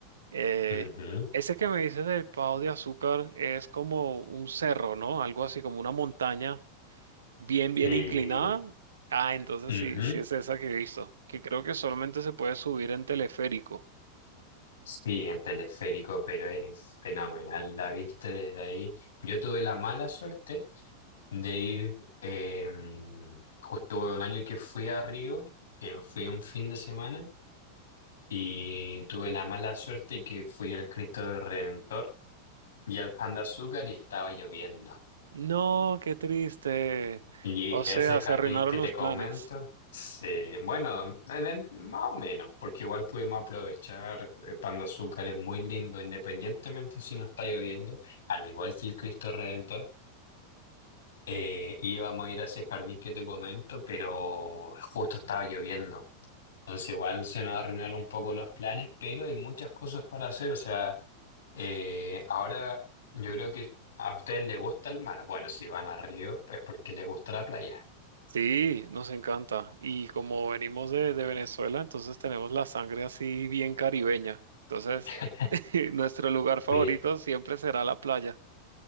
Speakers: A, on the right; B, on the left.
A: eh,
B: Ujú.
A: ese que me dices del Pau de Azúcar es como un cerro, ¿no? Algo así como una montaña bien, bien
B: Sí.
A: inclinada. Ah, entonces
B: Ujú.
A: sí, sí es esa que he visto, que creo que solamente se puede subir en teleférico.
B: Sí, en teleférico, pero es fenomenal la vista desde ahí. Yo tuve la mala suerte de ir, eh, justo un año que fui a Río, que fui un fin de semana, y tuve la mala suerte que fui al Cristo del Redentor y al Pan de Azúcar y estaba lloviendo.
A: No, qué triste.
B: Y
A: O sea,
B: ese jardín
A: se arruinaron
B: que
A: los
B: te comento,
A: planes.
B: sí, bueno, en el- más o menos, porque igual pudimos aprovechar, eh, Pan de Azúcar es muy lindo, independientemente si no está lloviendo, al igual que el Cristo Redentor, eh, íbamos a ir a ese jardín que te comento, pero justo estaba lloviendo, entonces igual se nos arruinaron un poco los planes, pero hay muchas cosas para hacer, o sea, eh, ahora yo creo que a ustedes les gusta el mar, bueno, si van a Río es porque les gusta la playa.
A: Sí, nos encanta. Y como venimos de, de Venezuela, entonces tenemos la sangre así bien caribeña. Entonces,
B: <laughs>
A: <laughs> nuestro lugar favorito
B: Mi-
A: siempre será la playa.